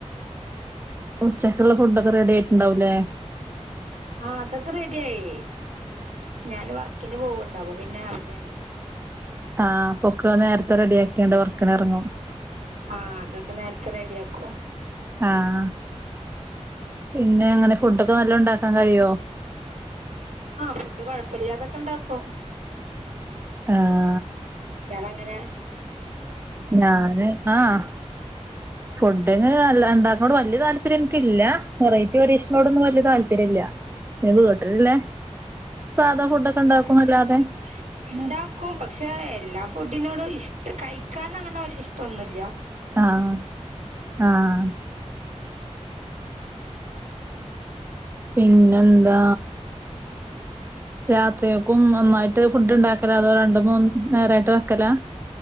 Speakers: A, on the right; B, on the right.
A: ഉച്ചയ്ക്കുള്ള ഫുഡൊക്കെ റെഡി ആയിട്ടുണ്ടാവുല്ലേ
B: ആഹ് അതൊക്കെ റെഡിയായി ഞാന് വർക്കിന് പോവ്ണ്ട് അപം പിന്നെ അവിടെയാണ്
A: ആഹ് അപൊക്കെ നേരത്തെ റെഡിയാക്കിയാണ്ട് വർക്കിന് എറങ്ങും
B: ആഹ് അതൊക്കെ നേരത്തെ റെഡി ആക്കും
A: ആഹ് പിന്നെ അങ്ങനെ ഫുഡൊക്കെ നല്ലോംഉണ്ടാക്കാൻ കഴിയോ
B: ആഹ് ഫുഡ് കൊഴപ്പല്യാതൊക്കെണ്ടാക്കും
A: ആഹ്
B: ഞാനങ്ങനെ
A: ഞാന് ആഹ് പുഡിംഗ് അല്ല ഇണ്ടാക്ക്നോണ്ട് വല്യ താല്പര്യം എനിക്കില്ല വെറൈറ്റി പരീക്ഷിക്ക്നോടൊന്നും വല്യ താല്പര്യം ഇല്ല വീട്ട്ല് ല്ലേ സാധാ ഫുഡൊക്കെ ഇണ്ടാക്കുന്നല്ലാതെ
B: ആഹ് ഞാന് ഫുഡ് ഇണ്ടാക്കും പക്ഷെ എല്ലാ ഫുഡിനോടും ഇഷ്ടം കഴിക്കാന ങ്ങനെ വല്യ ഇഷ്ടൊന്നുല്യ
A: ആഹ് ആഹ് പിന്നെന്താ രാത്രിയക്കും ഒന്നായിട്ട് ഫുഡ് ഇണ്ടാക്കല അതോ രണ്ട് മൂന്ന് നേരായിട്ട് വെക്കലാ